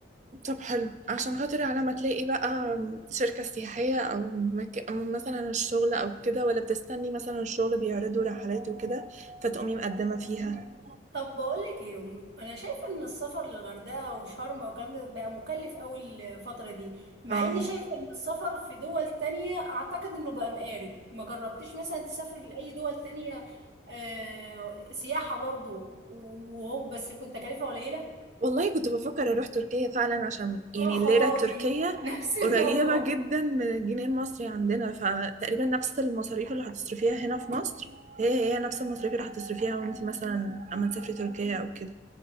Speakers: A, on the right (about 40°); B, on the right (about 80°).
A: طب حلو عشان خاطر على ما تلاقي بقى شركة سياحية او مك... أو مثلا الشغل او كده ولا بتستني مثلا الشغل بيعرضوا رحلات وكده فتقومي مقدمة فيها
B: طب بقولك ايه وم- انا شايفه ان السفر للغردقه وشرم والكلام ده بقى مكلف قوي الفتره دي مع
A: اه
B: اني شايفه ان السفر في دول تانية اعتقد انه بقى مقارب ما جربتيش مثلا تسافري لاي دول تانية آه سياحه برضو وهو بس كنت تكلفه قليله
A: والله كنت بفكر اروح تركيا فعلا عشان يعني
B: اه
A: الليرة
B: خرابي
A: التركية
B: <laughs> نفس الموضوع
A: قريبة جدا من الجنيه المصري عندنا فتقريبا نفس المصاريف اللي هتصرفيها هنا في مصر هي هي نفس المصاريف اللي هتصرفيها وانت مثلا اما تسافري تركيا او كده